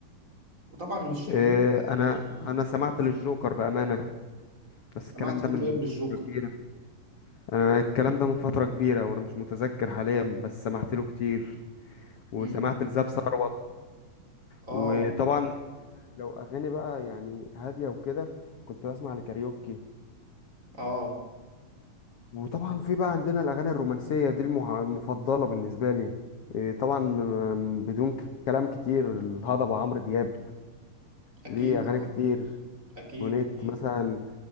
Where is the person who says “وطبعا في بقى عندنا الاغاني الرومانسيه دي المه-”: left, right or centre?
Left